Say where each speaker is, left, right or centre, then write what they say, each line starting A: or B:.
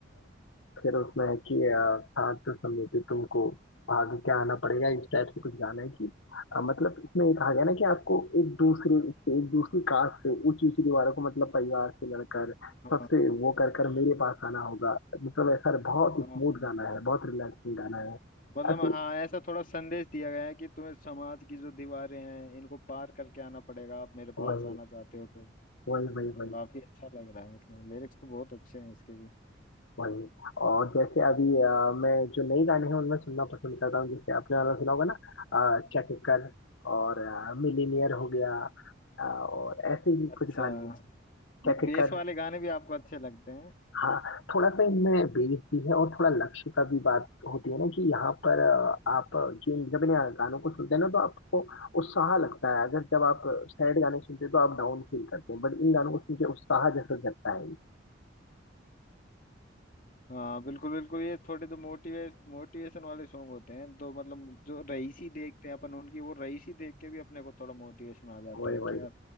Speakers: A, on the left; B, on the left.
A: फिर उसमें है कि अ, साथ समेत तुमको भाग के आना पड़ेगा इस टाइप से कुछ गाना है कि अ, मतलब इसमें एक आ गया ना कि आपको एक दूसरे से एक दूसरी कास्ट से ऊंची ऊंची दीवारों को मतलब परिवार से लड़कर
B: हाँ
A: सबसे वो कर कर मेरे पास आना होगा मतलब ऐसा बहुत
B: हाँ
A: स्मूथ
B: हाँ
A: गाना है बहुत रिलैक्सिंग गाना है
B: मतलब
A: ऐसे
B: हाँ ऐसा थोड़ा संदेश दिया गया है कि तुम्हें समाज की जो दीवारें हैं इनको पार करके आना पड़ेगा आप मेरे
A: वही
B: पास आना चाहते हो तो
A: वही वही
B: हाँ,
A: वही
B: काफी अच्छा लग रहा है मतलब लिरिक्स तो बहुत अच्छे हैं इसके भी
A: वही और जैसे अभी अ, मैं जो नई गाने हैं उनमें सुनना पसंद करता हूँ जैसे आपने वाला सुना होगा ना अ, चक कर और मिलीनियर हो गया अ, और ऐसे ही
B: अच्छा
A: कुछ गाने हैं।
B: ये
A: चक
B: बेस
A: कर
B: वाले गाने भी आपको अच्छे लगते हैं
A: हाँ थोड़ा सा इनमें बेस भी है और थोड़ा लक्ष्य का भी बात होती है ना कि यहाँ पर अ, आप जिन जब इन गानों को सुनते हैं ना तो आपको उत्साह लगता है अगर जब आप सैड गाने सुनते हैं तो आप डाउन फील करते हैं बट इन गानों को सुन के उत्साह जैसा जगता है
B: हाँ बिल्कुल बिल्कुल ये थोड़े जो मोटिवे मोटिवेशन वाले सॉन्ग होते हैं तो मतलब जो रईसी देखते हैं अपन उनकी वो रईसी देख के भी अपने को थोड़ा मोटिवेशन आ जाता
A: वही
B: है
A: वही
B: कि यार